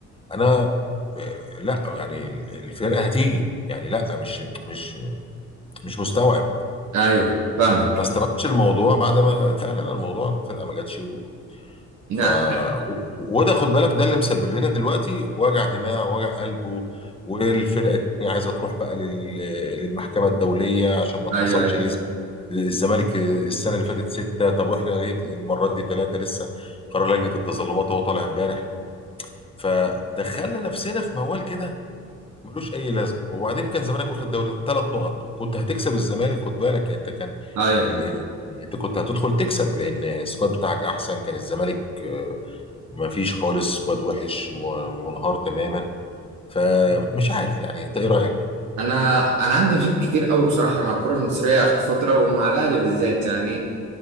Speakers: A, on the left (about 20°); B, on the right (about 80°).
A: انا لا يعني الفرقه هتيجي يعني لا مش مش مش مستوعب
B: ايوه فاهمك
A: ما استوعبتش الموضوع بعد ما فعلا الموضوع الفرقه ما جاتش و...
B: لا
A: ف و- وده خد بالك ده اللي مسبب لنا دلوقتي وجع دماغ وجع قلب و- والفرقه التانيه عايزه تروح بقى لل... للمحكمه الدوليه عشان ما اتخصمش
B: ايوه ايوه
A: ليه الزمالك السنه اللي فاتت سته طب واحنا ليه المره دي ثلاثه لسه قرار لجنه التظلمات هو طالع امبارح فدخلنا نفسنا في موال كده ملوش اي لازمه وبعدين كان زمانك واخد دوري بثلاث نقط وكنت هتكسب الزمالك خد بالك يعني انت كان
B: ايوه
A: ال... ال... انت كنت هتدخل تكسب لان السكواد بتاعك احسن كان الزمالك آه، ما فيش خالص سكواد وحش م- منهار تماما فمش عارف يعني انت ايه رايك
B: انا انا عندي مشاكل كتير قوي بصراحه مع الكره المصريه اخر فتره ومع الاهلي بالذات يعني